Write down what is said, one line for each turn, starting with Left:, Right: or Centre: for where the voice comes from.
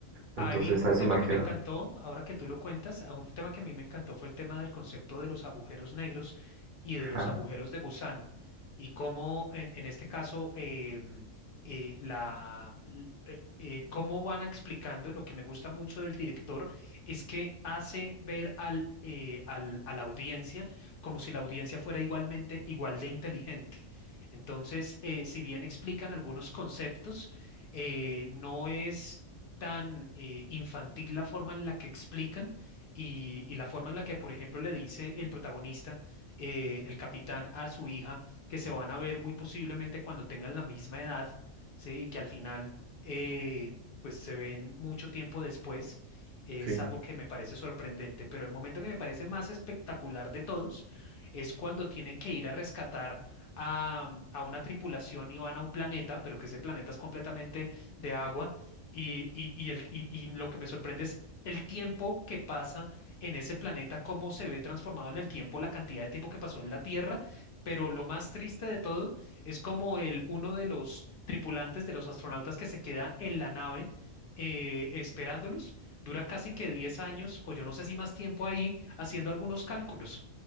Right: Entonces
Left: A mí un
Right: a eso
Left: tema
Right: me refiero.
Left: que me encantó, ahora que tú lo cuentas, a un tema que a mí me encantó fue el tema del concepto de los agujeros negros y de
Right: Ajá,
Left: los agujeros de gusano. Y cómo en, en este caso, em, eh, la, l- eh, eh, cómo van explicando, lo que me gusta mucho del director es que hace ver al, eh, al- a la audiencia como si la audiencia fuera igualmente igual de inteligente. Entonces, eh, si bien explican algunos conceptos, eh, no es tan eh, infantil la forma en la que explican y, y la forma en la que, por ejemplo, le dice el protagonista, eh, el capitán, a su hija, que se van a ver muy posiblemente cuando tengan la misma edad, ¿sí? Y que al final, eh, pues se ven mucho tiempo después. Es
Right: sí,
Left: algo que me parece sorprendente, pero el momento que me parece más espectacular de todos es cuando tienen que ir a rescatar a, a una tripulación y van a un planeta, pero que ese planeta es completamente de agua y, y, y el- y- y lo que me sorprende es el tiempo que pasa en ese planeta, cómo se ve transformado en el tiempo, la cantidad de tiempo que pasó en la Tierra, pero lo más triste de todo es como el, uno de los tripulantes de los astronautas que se quedan en la nave eh, esperándolos, dura casi que 10 años o yo no sé si más tiempo ahí haciendo algunos cálculos.